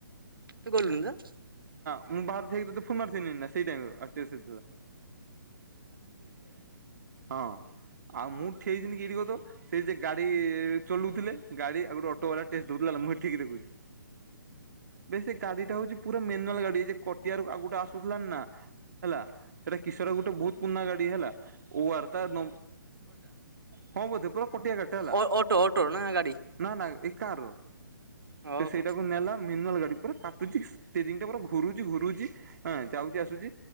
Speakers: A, on the right; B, on the right.
A: ତୁ ଗଲୁନୁ ଯା।
B: ବାହାର ଠିଆ ହେଇକି ତତେ ଫୋନ୍ ମାଥନି ନି ନା ସେଇ ଟାଇମ ଆକ୍ଟିବା ଥିଲା। ହଁ ଆଉ ମୁଁ ଠେଇ ଦିନି କିଠ କ ତ। ସେଇ ଯେ ଗାଡି ଚଲୁଥିଲେ ଗାଡି ଆଉ ଗୋଟେ ଅଟୋ ବାଲା <unintelligible> ଦୁିଲ ମୁଁ ଠିକ ଦେଖୁଛି। ବେଶ ସେ ଗାଡିଟା ହଉଛି ପୁର ମେୁନାଲ୍ ଗାଡି। ତେ ଯେ ପଟିଆରୁ ଆ ଆସୁନଥିଲା ନା ହେଲା ସେଟା କିଶୋର ଗୋଟେ ବହୁତ ପୁରଣା ଗାଡି ହେଲା। <unintelligible> ଓାର ତା ନ ହଁ ବୋଧେ। ପୁରା କଟିଆ ଗାଡିଟା ହେଲା
A: ଅ ଅଟୋ ଅଟୋ ନା ଗାଡି।
B: ନା ନା ଏଇ କାର ସେ
A: ଓହୋ
B: ସେଇଟାକୁ
A: ହଁ
B: ନେଲା ମିନଲ ଗାଡି। ପୁରା କାଟୁଛି ଷ୍ଟେରିଙ୍ଖ ଟା ପୁରା ଘୁରୁଛି ଘୁରୁଛି ହଁ ଯାଉଛି ଆସୁଛି